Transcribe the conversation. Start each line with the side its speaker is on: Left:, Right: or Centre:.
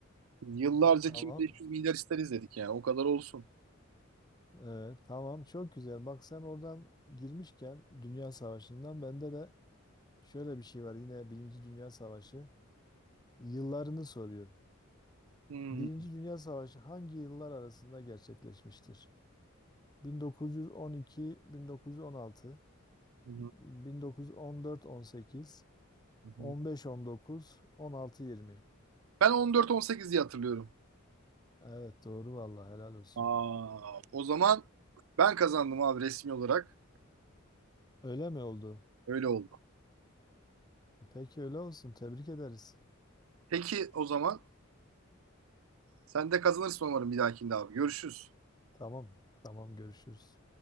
Right: yıllarca
Left: Tamam.
Right: kim 500 milyar ister izledik yani o kadar olsun.
Left: Ee, tamam çok güzel. Bak sen oradan girmişken Dünya Savaşı'ndan bende de şöyle bir şey var. Yine Birinci Dünya Savaşı yıllarını soruyor.
Right: Hmm.
Left: Birinci
Right: Hı
Left: Dünya Savaşı hangi yıllar arasında gerçekleşmiştir? 1912-1916,
Right: hı.
Left: 1914-18,
Right: Hı hı.
Left: 15-19, 16-20.
Right: Ben 14-18 diye hatırlıyorum.
Left: Evet doğru vallahi helal olsun.
Right: Aa, o zaman ben kazandım abi resmi olarak.
Left: Öyle mi oldu?
Right: Öyle oldu.
Left: E peki öyle olsun. Tebrik ederiz.
Right: Peki o zaman sen de kazanırsın umarım bir dahakinde abi. Görüşürüz.
Left: Tamam, tamam görüşürüz.